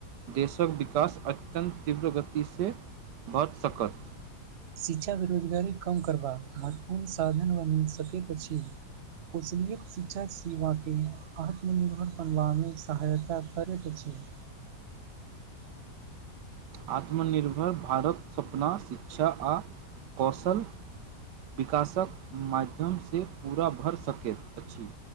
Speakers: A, on the right (about 85°); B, on the right (about 45°).
A: देशक विकास अत्यन्त तीव्र गति सँ भऽ सकत
B: शिक्षा बेरोजगारी कम करबाक महत्वपूर्ण साधन बनि सकैत अछि कुशल शिक्षा सेवाकेँ आत्मनिर्भर बनबामे सहायता करैत अछि ह <inaudible>
A: आत्मनिर्भर भारत सपना शिक्षा आ कौशल विकासक माध्यम सँ पूरा भऽ सकैत अछि